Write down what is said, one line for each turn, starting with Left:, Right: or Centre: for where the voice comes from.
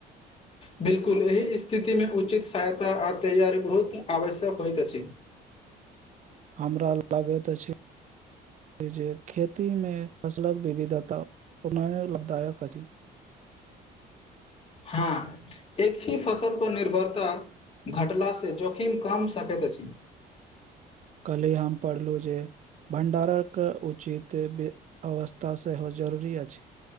Left: बिल्कुल एहि स्थितिमे उचित सहायता आ तैयारी बहुत आवश्यक होइत अछि <inaudible>
Right: हमरा लागैत अछि जे खेती मे फसलक विविधता उना लदायक अछि
Left: हँ एक ही फसल पर निर्भरता घटला से जोखिम कम सकैत अछि
Right: काल्हि हम पढ़लहुँ जे भण्डारक उचित अवस्था सेहो जरूरी अछि